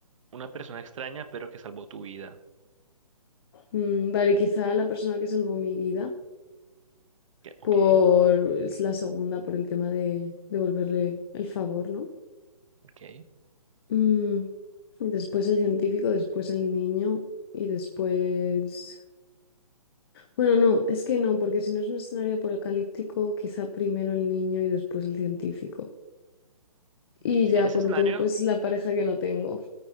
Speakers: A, on the right; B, on the left.
A: Una persona extraña, pero que salvó tu vida.
B: Mm, vale, quizá la persona que salvó mi vida
A: Que- Ok,
B: por es la segunda, por el tema de devolverle el favor, ¿no?
A: ok,
B: Mm, después el científico, después el niño y después... Bueno, no, es que no, porque si no es un escenario apocalíptico, quizá primero el niño y después el científico. Y
A: ok. Si
B: ya
A: en ese
B: por
A: escenario
B: último, pues la pareja que no tengo.